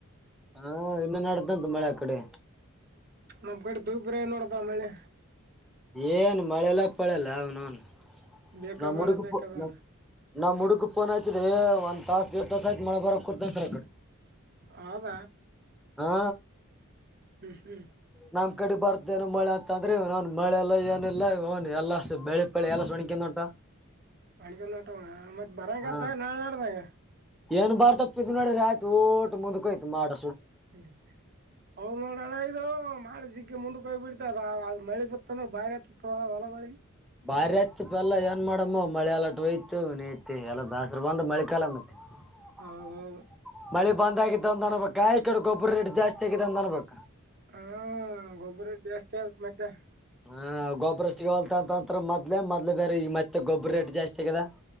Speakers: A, in the centre; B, on the right.
A: ಹಾ ಇನ್ನ ನಾಡ್ದಂತು ಮಳೆ ಆ ಕಡೆ.
B: ನಮ್ಮ ಕಡೆ ತೂಬ್ರ ನೋಡಪ ಮಳೆ.
A: ಏನ್ ಮಳೆಲ್ಲ ಪಳೆಲ್ಲ ಅವನೌನು
B: ಬೇಕಾ
A: ನಾ
B: ಬೇಡ
A: ಮುಡುಗ
B: ಬೇಕಾ
A: <unintelligible>
B: ಬೇಡ
A: ಪೋನಚದೇ ಒಂದ್ ತಾಸ <unintelligible> ತಾಸ ಆಯತ ಮಳೆ ಬರಕೂತಂದ್ರೆ ಅ ಕಡೆ
B: ಹೌದ
A: ಹಾ
B: ಹ್ಮ್ ಹ್ಮ್
A: ನಮ್ ಕಡೆ ಬರ್ತೇನು ಮಳೆ ಅಂತ ಅಂದ್ರೆ ಇವನೌನ್ ಮಳೆ ಎಲ್ಲ ಏನಿಲ್ಲ ಇವನ್ ಎಲ್ಲ ಬೆಳಿ ಬೆಳಿ ಎಲ್ಲ ಸ ಒಣಕಿಂದ ಒನ್ಟ
B: ಅಣಗನಟವ ಮತ್ ಬರಂಗತ್ತ
A: ಹಾ
B: ನಾಳ್ನಾಡ್ದಾಗ
A: ಏನ್ ಬರ್ತತ್ <unintelligible> ನೋಡಿ ತೋಟ ಮುಂದ್ಕೋಯತು ಮಾಡ್.
B: <unintelligible> ಅವ ನೋಡಳ ಮ ಜಿಗ್ಗ ಮುಂದಕ್ಕೆ ಹೋಗ್ಬ ಬಿಡ್ತ ಅದ ಅ್ ಮಳೆ ಬತ್ತಂದ್ರೆ ಬಾಯ ಆತತ್ವ ಹೊಲಗೊಳಿ
A: ಬಾರಿ ಆಯತಿ ಪ ಎಲ್ಲಾ ಏನ್ ಮಾಡಮ್ಮು ಮಳೆ ಎಲ್ಲಟ ಹಯ್ತು ನೇಯ್ತಿ ಎಲ್ಲ ಬಾ ಬಂದು ಮಳೆ ಕಾಲ ಮತ್ತೆ <unintelligible>
B: ಹೌದೌದು
A: ಮಳೆ ಬಂದ ಆಗಿದ್ದ <unintelligible> ಅನ್ಬೇಕ ಆ ಈ ಕಡೆ ಗೊಬ್ಬರ ರೇಟ್ ಜಾಸ್ತಿ ಆಗಿದೆ ಅಂದ ಅನ್ಬೇಕ.
B: ಹಾ ಗೊಬ್ಬರ ಜಾಸ್ತಿ ಆಯತ್ ಮತ್ತೆ
A: ಹಾ ಗೊಬ್ಬರ ಸಿಗೋಲ್ತ ಅಂತ ಅಂತ್ರ ಮದ್ಲೆ ಮೊದ್ಲು ಬೇರೆ ಈಗ ಮತ್ತೆ ಗೊಬ್ಬ್ರ ರೇಟ್ ಜಾಸ್ತಿ ಆಗ್ಯದ.